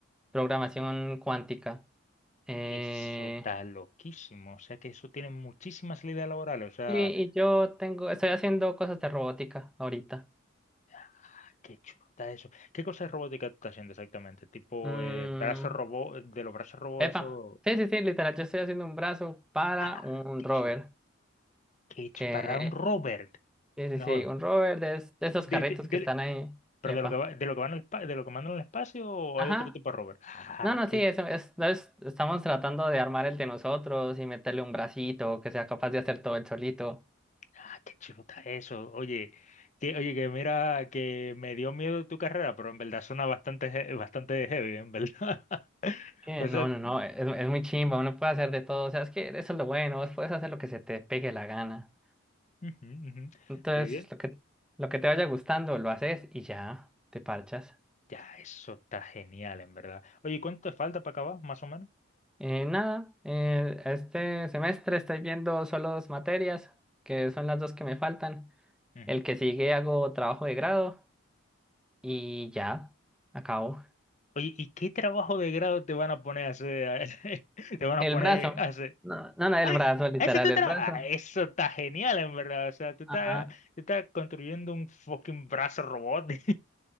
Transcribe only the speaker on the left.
eso está loquísimo. O sea que eso tiene muchísimas salidas laborales. O sea,
ah, qué chulo está eso. ¿Qué cosa de robótica tú estás haciendo exactamente? Tipo,
eh, brazos robot, de los brazos robot,
eso.
Ah,
qué
chulo. Qué chulo.
Para un Robert.
No
jodas.
De,
de,
de-
¿Pero
de lo que va, de lo que van al pa- de lo que mandan al espacio o
hay otro tipo de rover? Ah,
qué,
ah, qué chulo está eso. Oye, que, oye, que mira, que me dio miedo tu carrera, pero en verdad suena bastante, he- bastante heavy, en verdad. <laughs>
O
sea,
ujú, ujú.
¿Estoy bien?
Ya, eso está genial, en verdad. Oye, ¿cuánto te falta para acabar, más o menos?
Ujú.
Oye, ¿y qué trabajo de grado te van a poner a hacer? <laughs> Te van a
poner
a hacer.
Ah,
ese es tu
trabajo.
Ah, eso está genial, en verdad. O sea, tú estás,
tú estás construyendo un fucking brazo robot. <laughs>